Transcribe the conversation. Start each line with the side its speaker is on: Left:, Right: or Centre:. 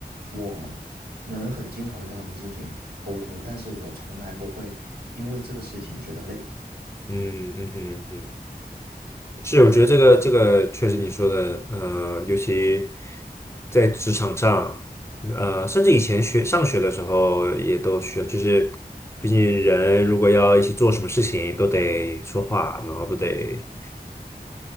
Right: 我能很经常的跟他们进行沟通，但是我从来不会因为这个事情觉得累。
Left: 嗯嗯哼嗯哼。是，我觉得这个这个确实你说的，呃，尤其在职场上，呃，甚至以前学上学的时候也都需要，就是毕竟人如果要一起做什么事情，都得说话，然后都得